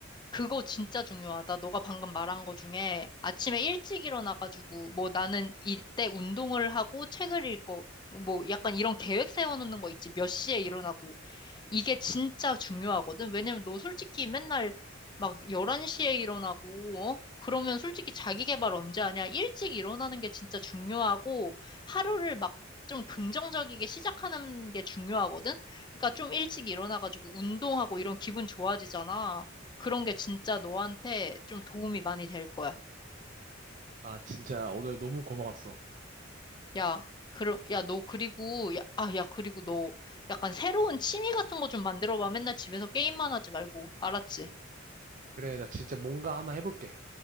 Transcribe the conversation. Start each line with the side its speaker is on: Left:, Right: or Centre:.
Left: 그거 진짜 중요하다. 너가 방금 말한 거 중에 아침에 일찍 일어나가지고 뭐 나는 이때 운동을 하고 책을 읽고 뭐 약간 이런 계획 세워놓는 거 있지. 몇 시에 일어나고 이게 진짜 중요하거든. 왜냐면 너 솔직히 맨날 막 11시에 일어나고, 어? 그러면 솔직히 자기 개발 언제 하냐? 일찍 일어나는 게 진짜 중요하고, 하루를 막 좀 긍정적이게 시작하는 게 중요하거든? 그러니까 좀 일찍 일어나가지고 운동하고 이런 기분 좋아지잖아. 그런 게 진짜 너한테 좀 도움이 많이 될 거야.
Right: 아, 진짜 오늘 너무 고마웠어.
Left: 야, 그럼, 야, 너 그리고, 야, 아, 야, 그리고 너 약간 새로운 취미 같은 거 좀 만들어봐. 맨날 집에서 게임만 하지 말고. 알았지?
Right: 그래, 나 진짜 뭔가 하나 해볼게.